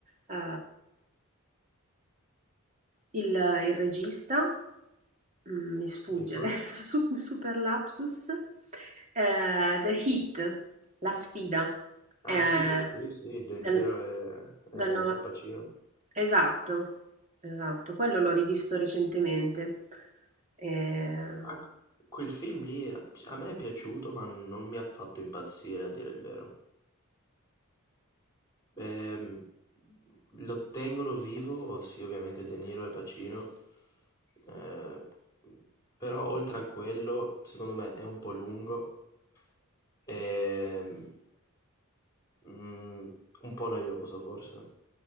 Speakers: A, on the right; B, on the left.
A: eh, il il regista. mhmm, mi sfugge
B: Dimmi pure.
A: <laughs> adesso, su super lapsus, ehm, The Heat, La sfida,
B: Ah,
A: ehm,
B: Heat, sì, sì, De
A: del
B: Niro e,
A: del
B: e
A: nova
B: Al Pacino.
A: esatto, esatto, quello l'ho rivisto recentemente. Ehm
B: Ah, quel film lì a me è piaciuto, ma non mi ha fatto impazzire a dire il vero. Ehm, lo tengono vivo, sì, ovviamente De Niro e Pacino. eh, però oltre a quello, secondo me è un po' lungo e mm, un po' noioso forse.